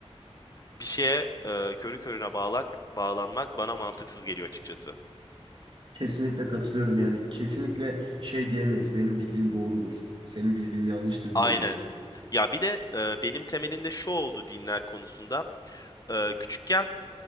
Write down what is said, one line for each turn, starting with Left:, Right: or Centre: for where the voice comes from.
Left: bir şeye e, körü körüne bağlak, bağlanmak bana mantıksız geliyor açıkçası.
Right: Kesinlikle katılıyorum yani kesinlikle şey diyemeyiz. Benim bildiğim doğrudur. Senin bildiğin yanlıştır
Left: Aynen.
Right: diyemeyiz.
Left: Ya bir de e, benim temelinde şu oldu dinler konusunda. E, küçükken